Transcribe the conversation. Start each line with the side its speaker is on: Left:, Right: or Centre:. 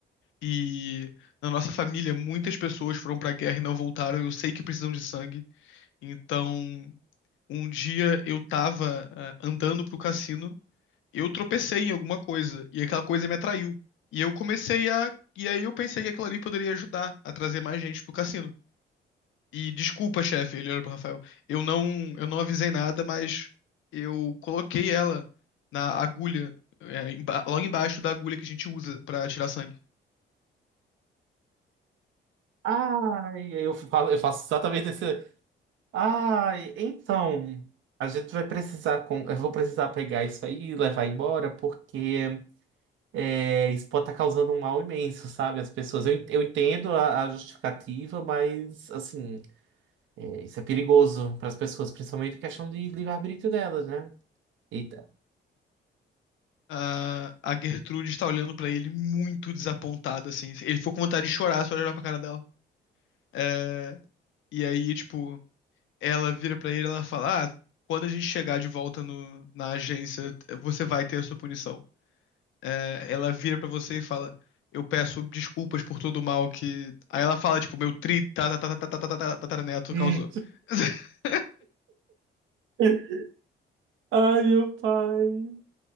Left: E na nossa família, muitas pessoas foram pra guerra e não voltaram. Eu sei que precisam de sangue. Então, um dia eu tava, ah, andando pro cassino, eu tropecei em alguma coisa, e aquela coisa me atraiu. E eu comecei a. E aí eu pensei que aquilo ali poderia ajudar a trazer mais gente pro cassino. E desculpa, chefe, ele olha pro Rafael. Eu não, eu não avisei nada, mas eu coloquei ela na agulha, é, emba- logo embaixo da agulha que a gente usa pra tirar sangue.
Right: Ai, eu fa- eu faço exatamente esse. Ah, então, a gente vai precisar, com... eu vou precisar pegar isso aí e levar embora, porque é, isso pode estar causando um mal imenso, sabe? As pessoas, eu, en- eu entendo a, a justificativa, mas, assim, é, isso é perigoso para as pessoas, principalmente em questão de livre-arbítrio delas, né? Eita.
Left: A, a Gertrude está olhando pra ele muito desapontada, assim. Ele ficou com vontade de chorar só de olhar pra cara dela. É, e aí, tipo, ela vira pra ele, e ela fala: "Ah, quando a gente chegar de volta no, na agência, você vai ter a sua punição. É, ela vira pra você e fala: Eu peço desculpas por todo o mal que. Aí ela fala, tipo, meu tri tá- tá- tá- tá- tá- tá- tá- tá tataraneto
Right: Hum.
Left: causou. <laughs>
Right: <laughs> Ai, meu pai.